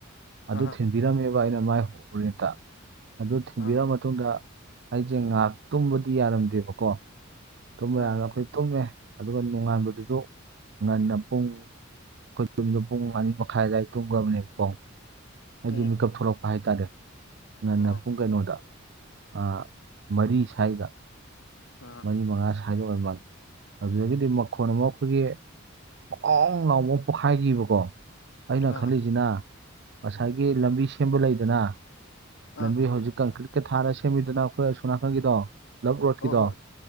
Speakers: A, on the right (about 55°); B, on the left (about 60°).
A: ꯑꯗꯨ
B: ꯑꯥ
A: ꯊꯤꯟꯕꯤꯔꯝꯃꯦꯕ ꯑꯩꯅ ꯃꯥꯏꯗ ꯑꯗꯨ ꯊꯤꯟꯕꯤꯔ
B: ꯑꯥ
A: ꯃꯇꯨꯡꯗ꯫ ꯑꯩꯁꯦ ꯉꯥꯏꯍꯥꯛ ꯇꯨꯝꯕꯗꯤ ꯌꯥꯔꯝꯗꯦꯕꯀꯣ ꯇꯨꯝꯕ
B: ꯑꯥ
A: ꯌꯗꯕ ꯑꯩꯈꯣꯏ ꯇꯨꯝꯃꯦ ꯑꯗꯨꯒ ꯅꯣꯡꯉꯥꯟꯕꯗꯨꯁꯨ ꯉꯟꯅ ꯄꯨꯡ꯫ ꯑꯩꯈꯣꯏ ꯇꯨꯝꯃꯤꯗꯣ ꯄꯨꯡ ꯃꯅꯤ ꯃꯈꯥꯏ ꯑꯗꯨꯋꯥꯏꯗ ꯇꯨꯝꯈ꯭ꯔꯕꯅꯦꯕꯀꯣ ꯍꯥꯏꯗꯤ
B: ꯎꯝ
A: ꯃꯤꯀꯞ ꯊꯣꯛꯂꯛꯄ ꯍꯥꯏꯇꯥꯔꯦ ꯉꯟꯅ
B: ꯑꯣ
A: ꯄꯨꯡ ꯀꯩꯅꯣꯗ ꯑꯥ ꯃꯔꯤ ꯁꯥꯏꯗ
B: ꯑꯥ
A: ꯃꯔꯤ ꯃꯉꯥ ꯁꯥꯏꯗꯥ ꯍꯥꯏꯗꯤꯑꯣꯏꯃꯥꯜꯅꯦ ꯑꯗꯨꯗꯒꯤꯗꯤ ꯃꯈꯣꯟ ꯑꯃ ꯑꯩꯈꯣꯏꯒꯤ ꯄꯣꯡ ꯂꯥꯎꯕ ꯄꯣꯛꯈꯥꯏꯈꯤꯕꯀꯣ ꯑꯩꯅ
B: ꯑꯥ
A: ꯈꯜꯂꯤꯁꯤꯅ꯫ ꯉꯁꯥꯏꯒꯤ ꯂꯝꯕꯤ ꯁꯦꯝꯕ ꯂꯩꯗꯅ ꯂꯝꯕꯤ
B: ꯑꯥ
A: ꯍꯧꯖꯤꯛ ꯀꯪꯀ꯭ꯤꯠ ꯊꯥꯔ ꯁꯦꯝꯕꯤꯗꯅ ꯑꯩꯈꯣꯏ ꯑꯁꯣꯝ ꯅꯥꯀꯟꯒꯤꯗꯣ ꯂꯞ ꯔꯣꯠꯀꯤꯗꯣ
B: ꯍꯣꯏ ꯍꯣꯏ